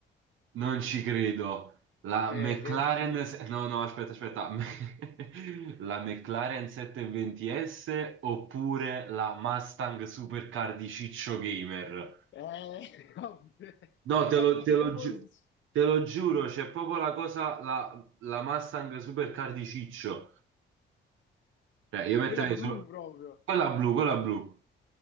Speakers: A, on the right; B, on the left.
A: Non ci credo. La
B: Che,
A: McLaren...
B: che sì.
A: se- No, no, aspetta, aspetta. <laughs> La McLaren 720S oppure la Mustang Supercar di Ciccio Gamer?
B: Eh, <laughs> vabbè.
A: No,
B: Ah,
A: te lo, te
B: C'è
A: lo
B: proprio
A: giu-
B: s-
A: te lo giuro, c'è proprio la cosa, la, la Mustang Supercar di Ciccio. Cioè, io metterei
B: quella blu
A: solo...
B: proprio.
A: Quella blu, quella blu.